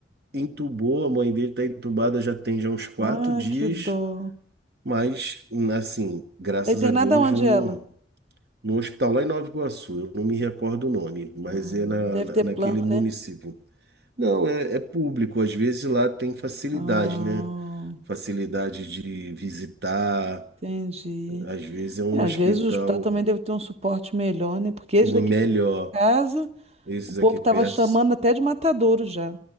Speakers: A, on the right; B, on the right.
A: entubou, a mãe dele está entubada já tem já uns quatro
B: Ah,
A: dias,
B: que dó.
A: mas, assim, graças
B: Tá internada
A: a Deus,
B: onde
A: no,
B: ela?
A: no hospital lá em Nova Iguaçu, eu não me recordo o nome, mas
B: Ah,
A: é na,
B: deve
A: na-
B: ter
A: naquele
B: plano,
A: município.
B: né?
A: Não, é, é público, às vezes lá tem facilidade,
B: Ah,
A: né? Facilidade de visitar,
B: entendi.
A: às vezes é um
B: É, às
A: hospital
B: vezes o hospital também deve ter um suporte melhor, né? Porque esse daqui
A: melhor.
B: perto de casa,
A: Esses
B: o povo
A: aqui
B: estava
A: perto,
B: chamando até de matadouro já.